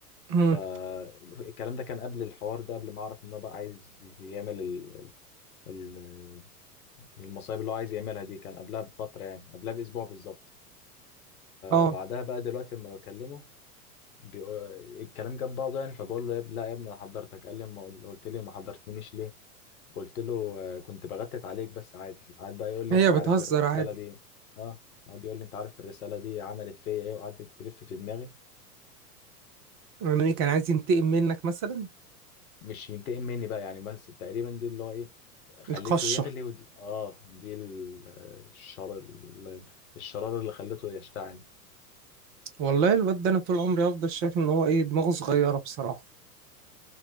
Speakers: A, on the right; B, on the left.
A: مم.
B: فالكلام ده كان قبل الحوار ده قبل ما أعرف إن هو بقى عايز يعمل ال- ال- المصايب اللي هو عايز يعملها دي كان قبلها بفترة يعني قبلها بأسبوع بالظبط
A: اه
B: بعدها بقى دلوقتي لما بكلمه بيقو... الكلام جاب بعضه يعني فبقول له يا اب- لا يا ابني انا حضرتك قال لي ما قل- قلت لي ما حضرتنيش ليه قلت له آه، كنت بغتت عليك بس عادي قعد بقى يقول لي
A: هي
B: انت عارف
A: بتهزر
B: الرساله
A: عادي
B: دي اه قعد يقول لي انت عارف الرساله دي عملت فيا ايه وقعدت تلف في دماغي
A: يعني إيه، كان عايز ينتقم منك مثلا
B: مش ينتقم مني بقى يعني بس تقريبا دي اللي هو ايه خليته
A: القشة
B: يغلي ودي اه دي ال- الشر ال- الشرارة اللي خليته يشتعل
A: والله الواد ده انا طول عمري هفضل شايف ان هو ايه دماغه صغيرة بصراحة